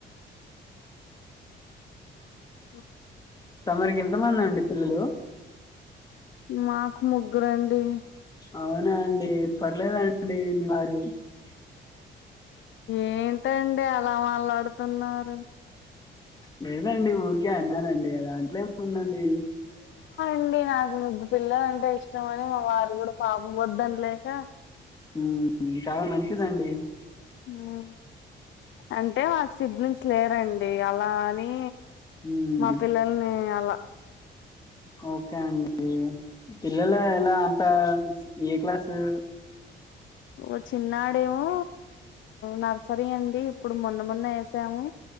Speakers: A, on the left; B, on the left.
A: ఓ
B: తమరికి ఎంతమంది అండి పిల్లలు
A: మాకు ముగ్గురండి
B: అవునాండి పర్లేదండి మీ వారు అ <unintelligible>
A: ఏంటండి అలా మాట్లాడుతున్నారు
B: లేదండి ఊరికే అన్ని అదేనండి దాంట్లో ఏం ఉందండి
A: ండి నాకు ముగ్గు పిల్లలంటే ఇష్టం అని మా వారు కూడా పాపం వద్దని లేక
B: ఉ చాలా మంచిదండి
A: హ్ అంటే మాకు సిబ్లింగ్స్ లేరండి అలా అని
B: ఉమ్,
A: మా పిల్లల్ని అలా <unintelligible>
B: ఓకే అండి పిల్లలు ఎలా అంత ఏ క్లాసు
A: వ చిన్నాడేమో నర్సరీ అండి ఇప్పుడు మొన్న మొన్న వేసాము